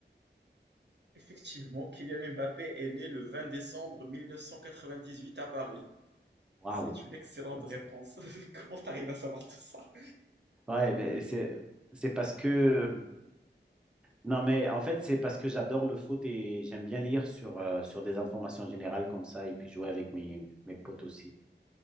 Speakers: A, on the right; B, in the centre.
A: Effectivement, Kylian Mbappé est né le 20 décembre 1998 à Paris.
B: Waouh,
A: C'est une excellente
B: c'est bien
A: réponse.
B: ça.
A: <laughs> Comment t'arrives à savoir tout ça?
B: Ouais, ben, c'est c'est parce que Non, mais en fait, c'est parce que j'adore le foot et j'aime bien lire sur, euh, sur des informations générales comme ça et puis jouer avec mes, mes potes aussi.